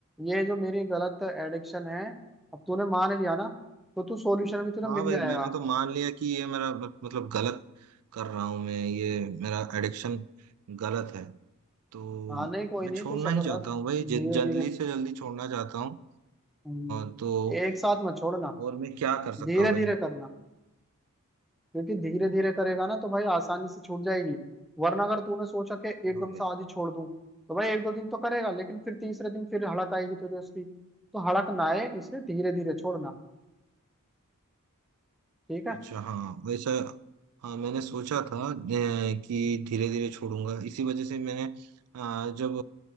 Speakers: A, in the centre; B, on the right.
A: ये जो मेरी गलत एडिक्शन है अब तूने मान लिया ना तो तू सॉल्यूशन भी तुझे
B: हाँ
A: मिल
B: भाई
A: जाएगा
B: मैंने तो मान लिया कि ये मेरा मतलब गलत कर रहा हूँ मैं ये मेरा एडिक्शन गलत है तो
A: हाँ नहीं कोई
B: मैं
A: नहीं
B: छोड़ना
A: तू सब्र
B: ही चाहता
A: रख
B: हूँ भाई जि-
A: धीरे
B: जल्दी
A: धीरे
B: से जल्दी छोड़ना चाहता हूँ
A: हम्म,
B: अ, तो
A: एक साथ मत छोड़ना
B: और मैं क्या कर सकता
A: धीरे
B: हूँ भाई
A: धीरे करना क्योंकि धीरे धीरे करेगा ना तो भाई आसानी से छूट जाएगी वरना अगर तूने सोचा कि एकदम
B: हाँ भाई
A: से आज ही छोड़ दूं तो भाई एक दो दिन तो करेगा लेकिन फिर तीसरे दिन फिर हड़क आएगी तुझे उसकी तो हड़क ना आए इसलिए धीरे धीरे छोड़ना ठीक है
B: अच्छा हाँ वैसा हाँ मैंने सोचा था अ, कि धीरे धीरे छोड़ूंगा इसी वजह से मैंने अ, जब